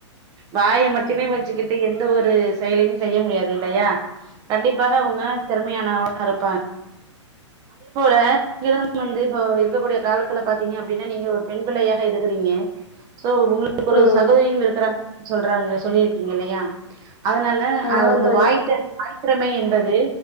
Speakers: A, on the right; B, on the left.
A: வாயை மட்டுமே வச்சுக்கிட்டு எந்த ஒரு செயலையும் செய்ய முடியாது இல்லையா கண்டிப்பாக அவங்க திறமையானவர்ரா இருப்பாங்க அதே போல நீங்களம் வந்து இப்போ இருக்கக்கூடிய காலத்துல பாத்தீங்க அப்படின்னா நீங்க ஒரு பெண் பிள்ளையாக இருக்கறீங்க சோ உங்களுக்கு ஒரு
B: ம்
A: சகோதரியும் இருக்கிறாங்க சொல்றாங்க சொல்லியிருக்கீங்க இல்லையா அதனால
B: ஆமா
A: அஹ் அந்த
B: தோழி
A: வாய்த்த வாய் திறமை என்பது